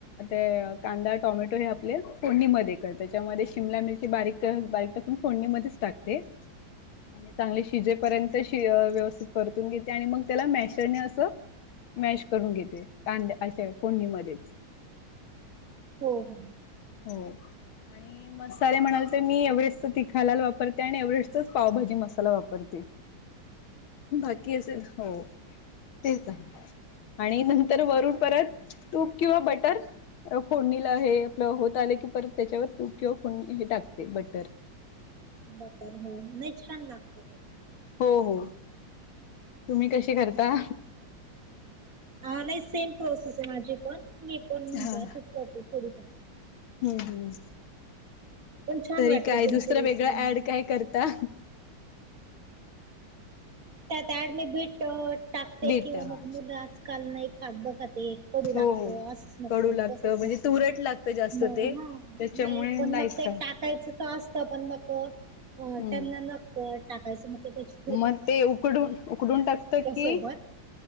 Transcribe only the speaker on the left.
ता कांदा, टोमॅटो हे आपले फोडणीमध्ये करते, त्याच्यामध्ये शिमला मिरची बारीक बारीक टाकून फोडणीमध्येच टाकते.
आणि चांगले शिजेपर्यंत श व्यवस्थित परतून घेते, आणि मग त्याला मॅशरने असं मॅश करून घेते, कांद्या अशा फोडणीमध्ये.
हो. आणि मसाले म्हणाले तर, मी एव्हरेस्ट तिखालाल वापरते, आणि एव्हरेस्टच पावभाजी मसाला वापरते.
बाकी अजून? हो, तेच आहे. आणि नंतर वरून परत तूप किंवा बटर फोडणीला हे होत आले की, परत त्याच्यावर तूप किंवा फो हे टाकते बटर.
हो हो, तुम्ही कशी करता?
हा
हम्म हम्म.
तरी
काय?
दुसरं
वेगळं
ऍड काय करता?
बीट
हा.
हो हो.
कडू लागतं
म्हणजे
तुरट लागतं जास्त
ते
त्याच्यामुळे
नाहीच
खात.
हम्म
मग ते उकडून, उकडून टाकत की,